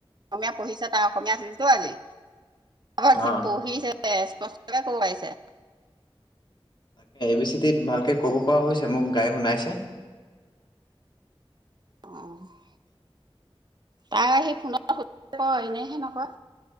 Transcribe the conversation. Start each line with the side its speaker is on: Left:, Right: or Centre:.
Right: অসমীয়া পঢ়িছে তাৰ অসমীয়া আছিলতো আজি আাক
Left: অ
Right: যি পঢ়িছে স্পষ্টকে কব পাইছে।
Left: তাকে এই বি চিতিত ভালকে কব পৰা হৈছে মোক গাই শুনাইছে।
Right: অ', তাই সি ফোন সুধ কয় এনেহে নকয়।